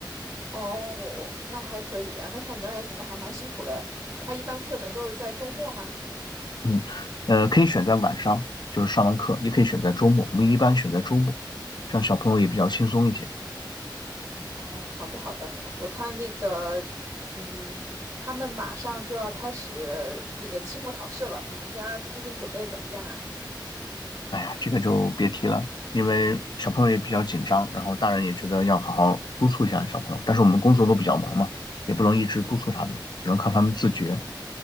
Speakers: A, on the right (about 40°); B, on the left (about 65°).
A: 哦，那还可以啊。那看你来你们还蛮辛苦的。他一般课程都是在周末吗？
B: 嗯，呃，可以选在晚上，就是上完课，也可以选在周末，我们一般选在周末，这样小朋友也比较轻松一些。
A: 哦，好的好的，我看那个，嗯，他们马上就要开始那个期末考试了，你们家最近准备的怎么样啊？
B: 哎呀，这个就别提了，因为小朋友也比较紧张，然后大人也觉得要好好督促一下小朋友，但是我们工作都比较忙嘛，也不能一直督促他们，只能靠他们自觉。